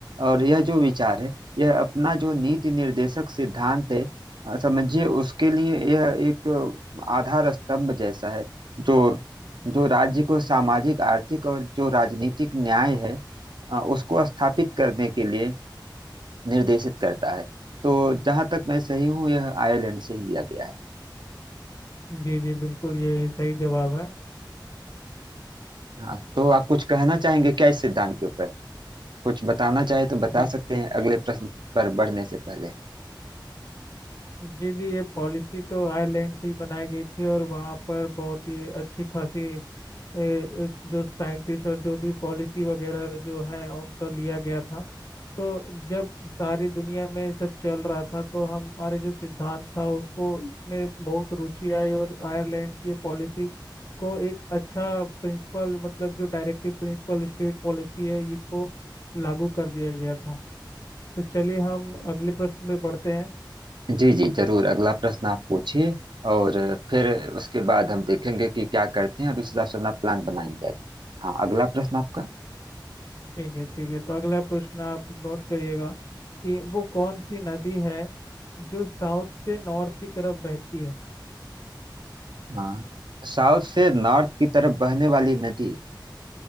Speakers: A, on the right (about 70°); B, on the left (about 45°).
A: और यह जो विचार है यह अपना जो नीति निर्देशक सिद्धांत है अ, समझिए उसके लिए यह एक आधार स्तंभ जैसा है जो जो राज्य को सामाजिक आर्थिक और जो राजनीतिक न्याय है अ, उसको स्थापित करने के लिए निर्देशित करता है तो जहां तक मैं सही हूँ यह आयरलैंड से ही लिया गया है
B: जी जी बिल्कुल ये सही जवाब है
A: हाँ तो आप कुछ कहना चाहेंगे क्या इस सिद्धांत के ऊपर कुछ बताना चाहे तो बता
B: जी
A: सकते हैं अगले प्रश्न पर बढ़ने से पहले
B: जी जी ये पॉलिसी तो आयरलैंड से ही बनाई गई थी और वहाँ पर बहुत ही अच्छी खासी ए, उस- जो साइंटिस्ट और जो भी पॉलिसी वगैरह जो है उनका लिया गया था तो जब सारी दुनिया में ये सब चल रहा था तो हमारे जो सिद्धांत था उसको इसमें बहुत रुचि आई और आयरलैंड की पॉलिसी को एक अच्छा प्रिंसिपल मतलब जो डायरेक्टिव प्रिंसिपल स्टेट पॉलिसी है इसको लागू कर दिया गया था तो चलिए हम अगले प्रश्न में बढ़ते हैं
A: जी जी जरूर अगला प्रश्न आप पूछिए और फिर उसके बाद हम देखेंगे कि क्या करते हैं और उस हिसाब से अपना प्लान बनाएंगे आगे हाँ अगला प्रश्न आपका
B: ठीक है ठीक है तो अगला प्रश्न आप नोट करिएगा कि वो कौन सी नदी है जो साउथ से नॉर्थ की तरफ बहती है
A: हाँ साउथ से नॉर्थ की तरफ बहने वाली नदी